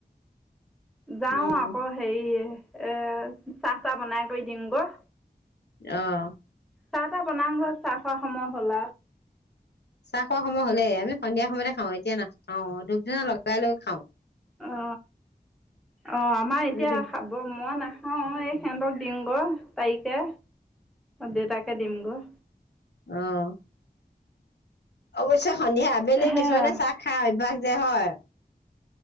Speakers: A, in the centre; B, on the left (about 85°).
A: যাও
B: উম
A: আকৌ হেৰিয়ে এ চাহ চাহ বনাই কৰি দিম গ
B: আহ
A: চাহ তাহ বনা হল চাহতাহ সময় হল
B: চাহ খোৱা সময় হলেই আমি সন্ধিয়া সময়তে খাওঁ এতিয়া নাখাও দুপদিনা লগাই ল খাওঁ
A: অ অ আমাৰ এতিয়া
B: সেইটো
A: খাব মই নাই অ এই সিহঁতক দিওঁগল তাইকে দেউতাকে দিম গ'
B: আহ অৱশ্যে সন্ধিয়া আবেলি
A: সেয়াই
B: কিছুমানে চাহ খাই অভ্যাস যে হয়